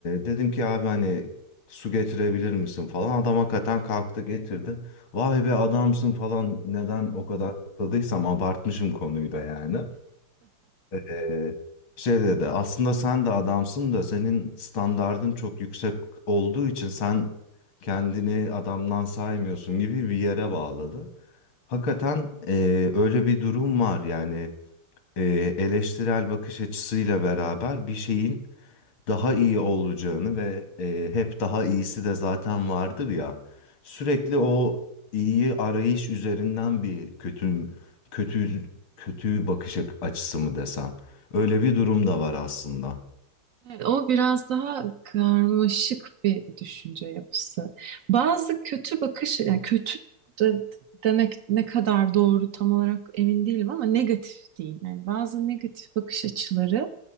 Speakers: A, on the left (about 70°); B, on the right (about 80°).
A: dedim ki abi hani su getirebilir misin falan adam hakikaten kalktı getirdi. Vay be adamsın falan neden o kadar takıldıysam abartmışım konuyu da yani. Ee, şey dedi aslında sen de adamsın da senin standardın çok yüksek olduğu için sen kendini adamdan saymıyorsun gibi bir yere bağladı. Hakikaten e, öyle bir durum var yani e, eleştirel bakış açısıyla beraber bir şeyin daha iyi olacağını ve e, hep daha iyisi de zaten vardır ya. Sürekli o iyi arayış üzerinden bir kötü kötü kötü bakış açısı mı desem. Öyle bir durum da var aslında.
B: Evet, o biraz daha karmaşık bir düşünce yapısı. Bazı kötü bakış, yani kötü de- demek ne kadar doğru tam olarak emin değilim ama negatif diyeyim. Yani bazı negatif bakış açıları